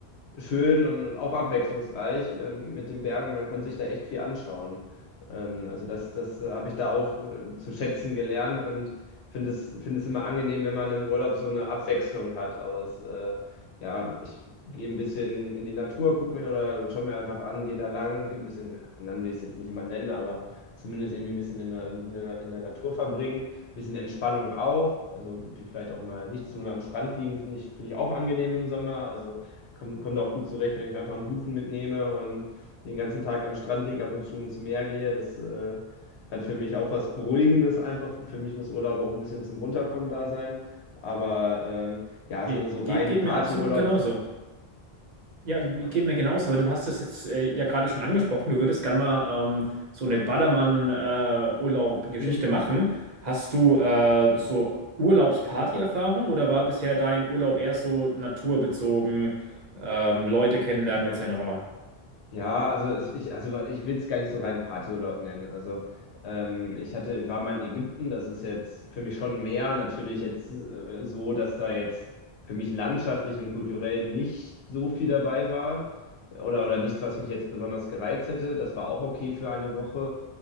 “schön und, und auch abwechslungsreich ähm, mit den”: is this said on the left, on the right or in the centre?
Left